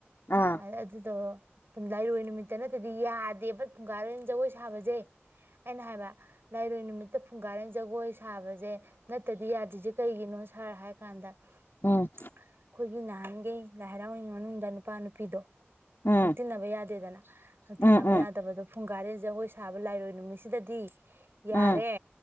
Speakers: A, on the left; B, on the right.
A: ꯑꯥ
B: ꯑꯗꯨꯗꯣ ꯂꯥꯏꯔꯣꯏ ꯅꯨꯃꯤꯠꯇ ꯅꯠꯇꯗꯤ ꯌꯥꯗꯦꯕ ꯐꯨꯡꯒꯥꯔꯦꯜ ꯖꯒꯣꯏ ꯁꯥꯕꯁꯦ ꯑꯩꯅꯥ ꯍꯥꯏꯕ ꯀꯩ ꯅꯨꯃꯤꯠꯇ ꯐꯨ ꯐꯨꯡꯒꯥꯔꯦꯟ ꯖꯒꯣꯏ ꯁꯥꯕꯖꯦ ꯅꯠꯇꯗꯤ ꯌꯥꯗ꯭ꯔꯤꯖꯦ ꯀꯩꯒꯤꯅꯣ ꯁꯥꯔ ꯍꯥꯏ ꯀꯥꯟꯗ ꯑꯩꯈꯣꯏꯒꯤ
A: ꯎꯝ
B: ꯅꯍꯥꯟꯒꯩ ꯂꯥꯏ ꯍꯔꯥꯎꯔꯤꯉꯩ ꯃꯅꯨꯡꯗ ꯅꯨꯄꯥ ꯅꯨꯄꯤꯗꯣ
A: ꯎꯝ
B: ꯍꯛꯇꯤꯟꯅꯕ ꯌꯥꯗꯦꯗꯅ ꯍꯛꯇꯤꯟꯅꯕ
A: ꯎꯝ ꯎꯝ
B: ꯌꯥꯗꯕꯗꯣ ꯐꯨꯡꯒꯥꯔꯦꯜ ꯖꯒꯣꯏ ꯁꯥꯕ ꯂꯥꯏꯔꯣꯏ ꯅꯨꯃꯤꯠꯁꯤꯗꯗꯤ ꯌꯥꯔꯦ
A: ꯎꯝ